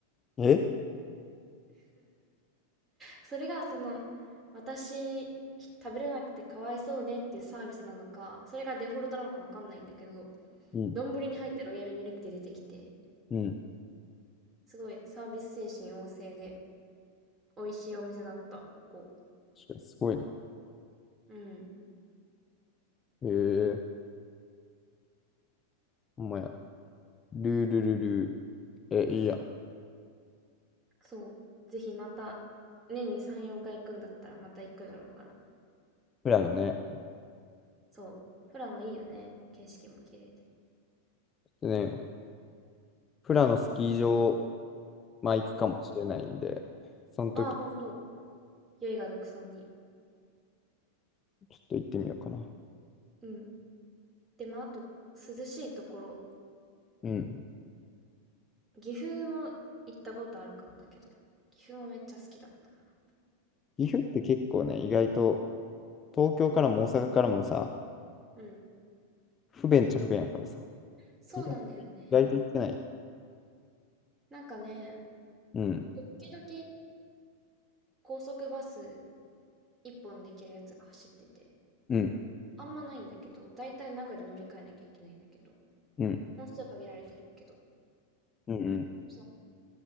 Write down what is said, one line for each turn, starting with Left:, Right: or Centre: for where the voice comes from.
Left: え
Right: それがその、私、食べれなくてかわいそうねっていうサービスなのか、それがデフォルトなのかわかんないんだけど、
Left: うん、
Right: 丼に入ってロイヤルミルクティー出てきて、
Left: うん。
Right: すごいサービス精神旺盛で、美味しいお店だった、ここ。
Left: 確かにすごいな。
Right: うん。
Left: へえ、ほんまや。ルールルルー。え、いいやん。
Right: そう。ぜひまた、年に3、4回行くんだったらまた行くだろうから。
Left: 富良野ね。
Right: そう。富良野いいよね。景色も綺麗で。
Left: でね、富良野スキー場、まあ行くかもしれないんで、
Right: うん。
Left: その時、
Right: ああ、ほんと。
Left: ち
Right: 酔いが独尊に。
Left: ょっと行ってみようかな。
Right: うん。でもあと、涼しいところ
Left: うん。
Right: 岐阜も行ったことあるかもだけど、岐阜もめっちゃ好きだったな。
Left: 岐阜って結構ね、意外と、東京からも大阪からもさ、
Right: うん。
Left: 不便っちゃ不便やからさ、
Right: そうなんだよね。
Left: 意外意外と行ってない。
Right: なんかね、
Left: うん、
Right: 時々高速バス一本できるやつが走ってて、
Left: うん、
Right: あんまないんだけど、だいたい名古屋で乗り換えなきゃいけないんだけど、
Left: うん、
Right: 本数限られてるけど、
Left: うん、うん、
Right: そう